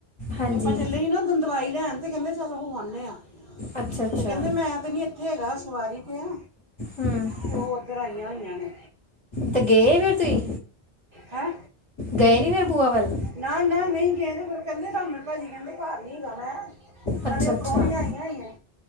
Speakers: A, on the left; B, on the right.
A: ਹਾਂਜੀ
B: ਆਪਾਂ ਚੱਲੇ ਹੀ ਨਾ ਦਵਾਈ ਲੈਣ ਤੇ ਕਹਿੰਦੇ ਚੱਲ ਹੋ ਆਨੇ ਆ।
A: ਅੱਛਾ ਅੱਛਾ
B: ਤੇ ਕਹਿੰਦੇ ਮੈਂ ਤੇ ਨੀ ਇੱਥੇ ਹੈਗਾ ਸਵਾਰੀ ਤੇ ਆ।
A: ਹਾਂ।
B: ਤੇ ਉਹ ਉੱਧਰ ਆਈਆਂ ਹੋਈਆਂ ਨੇ।
A: ਤੇ ਗਏ ਫੇਰ ਤੁਸੀਂ
B: ਹੈ
A: ਗਏ ਨੀ ਫੇਰ ਬੂਆ ਵੱਲ।
B: ਨਾ ਨਾ ਨਹੀਂ ਗਏ ੳਹ ਫਿਰ ਕਹਿੰਦੇ ਰਾਮੇ ਭਾਜੀ ਕਹਿੰਦੇ ਘਰ ਨਹੀਂ ਹੈਗਾ ਮੈਂ।
A: ਅੱਛਾ
B: ਨਾਲੇ ਉਹ
A: ਅੱਛਾ
B: ਪ੍ਰਾਹਣੀਆਂ ਆਈਆਂ ਹੋਈਆਂ।